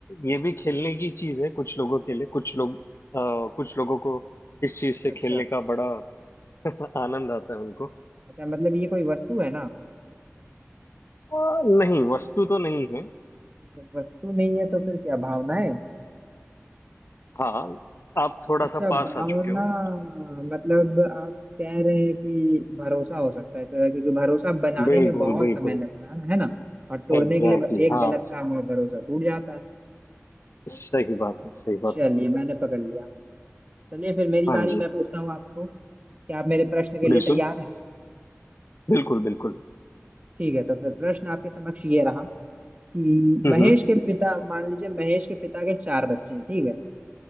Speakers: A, on the left; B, on the right.
A: ये भी खेलने की चीज है कुछ लोगों के लिए कुछ लोग आ, कुछ लोगों को इस चीज से
B: अच्छा
A: खेलने का बड़ा आनंद आता है उनको
B: अच्छा मतलब ये कोई वस्तु है ना
A: आ, नहीं वस्तु तो नहीं है
B: जब वस्तु नहीं है तो फिर क्या भावना है
A: हाँ आप थोड़ा
B: अच्छा
A: सा पास
B: भावना
A: आ चुके हो
B: मतलब आप कह रहे हैं कि भरोसा हो सकता है सर क्योंकि भरोसा बनाने
A: बिल्कुल
B: में बहुत
A: बिल्कुल
B: समय लगता है है ना और तोड़ने
A: एग्जैक्टली
B: के लिए बस एक
A: exactly, हाँ
B: गलत
A: स-
B: काम और भरोसा टूट जाता है
A: सही बात है सही
B: चलिए
A: बात है
B: मैंने पकड़ लिया चलिए फिर मेरी
A: हाँ
B: बारी
A: जी
B: मैं पूछता हूँ आपको क्या आप मेरे प्रश्न के
A: बिल्कुल
B: लिए तैयार हैं
A: बिल्कुल बिल्कुल
B: ठीक है तो फिर प्रश्न आपके समक्ष ये रहा कि
A: हम्म
B: महेश के पिता मान लीजिए महेश के पिता के चार बच्चे हैं ठीक है